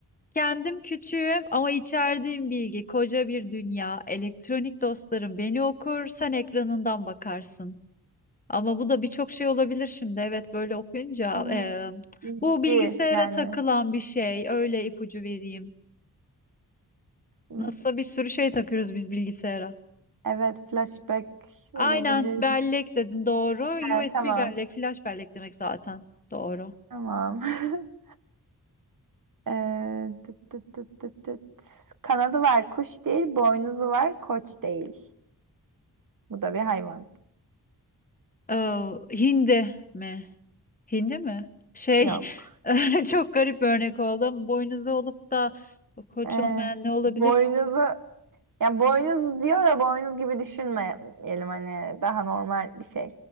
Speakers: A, on the left (about 20°); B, on the right (about 55°).
A: Kendim küçüğüm ama içerdiğim bilgi koca bir dünya. Elektronik dostlarım beni okur, sen ekranından bakarsın. Ama bu da birçok şey olabilir şimdi. Evet böyle okuyunca
B: Hmm,
A: eee,
B: Bilgi
A: bu bilgisayara
B: yani.
A: takılan bir şey. Öyle ipucu vereyim.
B: Hmm.
A: Nasılsa bir sürü şey takıyoruz biz bilgisayara.
B: Evet, flashback
A: Aynen
B: olabilir.
A: bellek dedin doğru.
B: He,
A: USB
B: tamam.
A: bellek, flash bellek demek zaten. Doğru.
B: Tamam. <laughs> Ee, tıt tıt tıt tıt tıt. Kanadı var, kuş değil. Boynuzu var, koç değil. Bu da bir hayvan.
A: Eee, hindi mi? Hindi mi? Şey
B: Yok.
A: <laughs> çok garip bir örnek oldu ama boynuzu olup da koç
B: Ee,
A: olmayan ne olabilir?
B: boynuzu ya boynuz diyor da boynuz gibi düşünmeyelim hani daha normal bir şey.